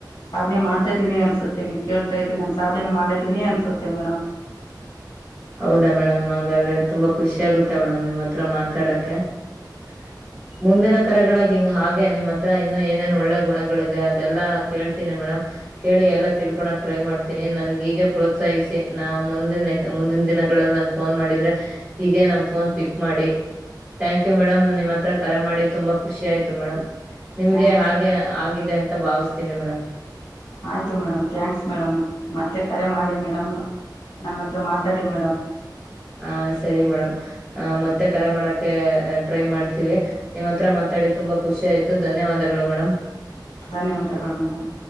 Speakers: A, on the left; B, on the right.
A: ಸಾಧನೆ ಮಾಡ್ತಾ ಇದೀನಿ ಅನ್ಸುತ್ತೆ ನೀವು ಕೇಳ್ತ ಇದ್ರಿ ನಾನು ಸಾಧನೆ ಮಾಡಿದ್ದೀನಿ ಅನ್ಸುತ್ತೆ ಮೇಡಮ್
B: ಹೌದಾ ಮೇಡಮ್ ಹಂಗಾದ್ರೆ ತುಂಬಾ ಖುಷಿ ಆಗುತ್ತೆ ಮೇಡಮ್ ನಿಮ್ಮ್ ಹತ್ರ ಮಾತಾಡಕ್ಕೆ <inaudible> ಮುಂದಿನ ಕರೆಗಳಾಗಿ ಹಿಂಗ ಹಾಗೆ ನಿಮ್ಮ್ ಹತ್ರ ಇನ್ನು ಏನೇನ್ ಒಳ್ಳೆ ಗುಣಗಳಿದೆ ಅದೆಲ್ಲಾ ಕೇಳ್ತೀನಿ ಮೇಡಮ್ ಕೇಳಿ ಎಲ್ಲ ತಿಳ್ಕೊಳಕ್ ಟ್ರೈ ಮಾಡ್ತೀನಿ ನನ್ಗೀಗ ಪ್ರೋತ್ಸಾಹಿಸಿ ನಾವು ಮುಂದಿನ ಮುಂದಿನ ದಿನಗಳಲ್ಲಿ ನನ್ ಫೋನ್ ಮಾಡಿದ್ರೆ ಹೀಗೆ ನಮ್ ಫೋನ್ ಪಿಕ್ ಮಾಡಿ ತ್ಯ್ಯಾಂಕ್ ಯು ಮೇಡಮ್ ನಿಮ್ಮ ಹತ್ರ ಕರ ಮಾಡಿ ತುಂಬ ಖುಷಿ ಆಯಿತು ಮೇಡಮ್ ನಿಮ್ಗೆ
A: ಥ್ಯಾಂಕ್ಸ್
B: ಹಾಗೆ ಆಗಿದೆ ಅಂತ ಭಾವಿಸ್ತೀನಿ ಮೇಡಮ್
A: ಆಯ್ತು ಮೇಡಮ್ ಥ್ಯಾಂಕ್ಸ್ ಮೇಡಮ್ ಮತ್ತೆ ಕರೆ ಮಾಡಿ ಮೇಡಮ್ ನನ್ನ ಹತ್ರ ಮಾತಾಡಿ ಮೇಡಮ್
B: ಹ ಸರಿ ಮೇಡಮ್ ಆ ಮತ್ತೆ ಕರೆ ಮಾಡಕ ಟ್ರೈ ಮಾಡ್ತೀವಿ ನಿಮ್ಮ್ ಹತ್ರ ಮಾತಾಡಿ ತುಂಬಾ ಖುಷಿ ಆಯ್ತು ಧನ್ಯವಾದಗಳು ಮೇಡಮ್
A: ಧನ್ಯವಾದಗಳು ಮೇಡಮ್